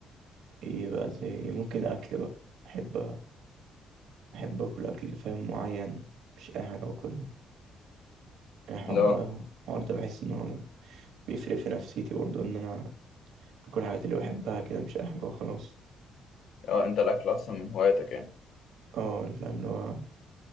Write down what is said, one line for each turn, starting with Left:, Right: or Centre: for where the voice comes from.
Right: إيه بقى زي إيه؟ ممكن الأكل بقى أحب أحب أكل أكل فاهم معين مش أي حاجة باكلها الحوار
Left: لا
Right: ده الحوار ده بحس ان هو بيفرق في نفسيتي برضه ان انا اكل الحاجات اللي بحبها كده مش اي حاجه وخلاص
Left: اه انت الاكل اصلا من هواياتك يعني
Right: اه أنا فاهم اللي هو